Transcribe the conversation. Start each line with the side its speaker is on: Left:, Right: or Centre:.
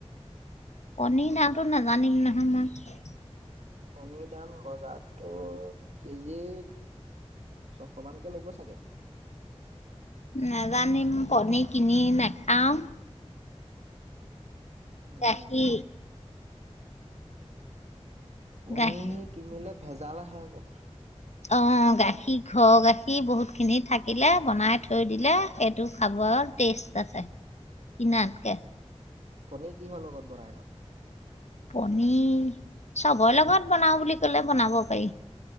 Left: কনীৰ নটো নাজানিম নহয় মই
Right: কণীৰ দাম বজাৰত। তোৰ কেজি। ছশ মানকে লব চাগে।
Left: নাজানিম পনী কিনি নাখাম।
Right: উম,
Left: ৰাখি।
Right: পনীৰ
Left: গাখীৰ
Right: কিনিলে ভেজাল আহে আকৌ।
Left: অ গাখীৰ ঘৰ গাখীৰ বহুত খিনি থাকিলে বনাই থৈ দিলে সেইটো খাবৰ টেষ্ট আছে কিনাতকে।
Right: পনীৰ কিহৰ লগত বনাই নু।
Left: পনীৰ চবৰে লগত বনাও বুলি ক'লে বনাব পাৰি।